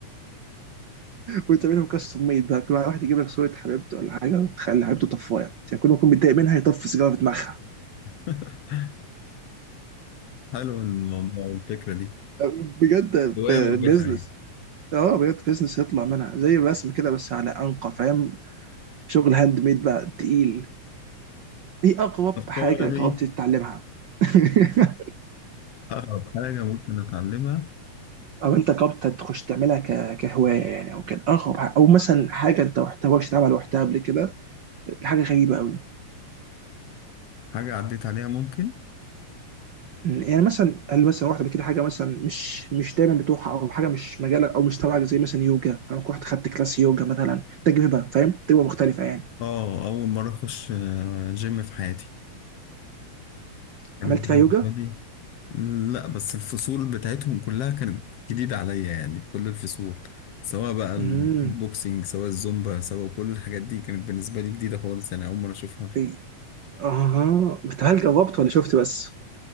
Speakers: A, on the right; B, on the left.
A: وتعملهم كاستم ميد بقى كل واحد يجيب لك صوره حبيبته ولا حاجه وتخلي حبيبته طفايه يعني كل ما يكون متضايق منها يطفي سيجاره في دماغها
B: <laughs> حلو الموضوع الفكره دي
A: بجد
B: هوايه مربحه
A: بزنس
B: يعني.
A: اه بجد بزنس يطلع منها زي الرسم كده بس على انقى فاهم شغل هاند ميد بقى تقيل ايه اغرب
B: الصورة
A: حاجه
B: دي
A: جربت تتعلمها <laughs>
B: أقرب حاجة ممكن أتعلمها
A: او انت جربت تخش تعملها ك- كهوايه يعني او كان اغرب حاجة. او مثلا حاجه انت محتواش تعمل وقتها قبل كده حاجه غريبه قوي
B: حاجة عديت عليها ممكن
A: يعني مثلا هل مثلا واحده قبل كده حاجه مثلا مش مش دايما بتروحها او حاجه مش مجالك او مش تبعك زي مثلا يوجا انا كنت رحت خدت كلاس يوجا مثلا تجربه فاهم تجربه مختلفه يعني
B: آه أول مرة أخش آه، جيم في حياتي كانت
A: عملت فيها
B: بالنسبة
A: يوجا
B: لي لا بس الفصول بتاعتهم كلها كانت جديدة عليا يعني كل الفصول سواء بقى الكيك
A: امم
B: بوكسينج سواء الزومبا سواء كل الحاجات دي كانت بالنسبة لي جديدة خالص يعني أول مرة أشوفها
A: إي- اها بس هل جربت ولا شفت بس؟